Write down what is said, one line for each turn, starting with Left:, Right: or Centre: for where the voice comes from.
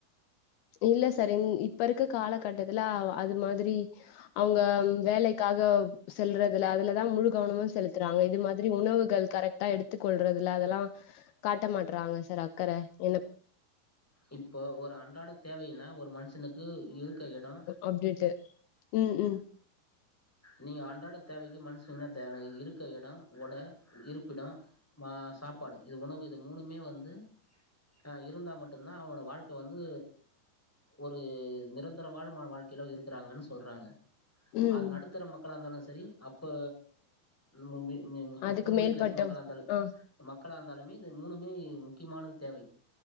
Left: இல்ல சார் இப்ப இருக்க காலகட்டத்துல அது மாதிரி அவுங்க வேலைக்காக செல்றதுல அதுலதா முழு கவனமு செலுத்துறாங்க இது மாதிரி உணவுகள் கரெக்ட்டா எடுத்துக் கொள்றதுல அதெல்லா காட்ட மாட்றாங்க சார் அக்கற என்ன
Centre: இப்போ ஒரு அன்றாட தேவைன்னா ஒரு மனுஷனுக்கு இருக்க எடோ
Left: அப்டேட்டு ம் ம்
Centre: நீங்க அன்றாட தேவைக்கி மனுஷனுக்கு என்னா தேவை இருக்க எடோ ஒட இருப்பிடோ மா சாப்பாடு இது உணவு இது மூணுமே வந்து ஆ இருந்தா மட்டுந்தா அவனோட வாழ் க்க வந்து ஒரு நிரந்தரமான்மான வாழ் கிலோ இருக்கிறாங்கன்னு சொல்றாங்க
Left: ம்
Centre: அது நடுத்தர மக்களா இருந்தாலு சரி அப்ப மி மி மி
Left: அதுக்கு
Centre: அப்பர் மிடில்
Left: மேல்பட்ட
Centre: கிளாஸ் மக்களா இருந்தாலு
Left: ஆ
Centre: மக்களா இருந்தாலுமே இது மூணுமே முக்கியமானது தேவை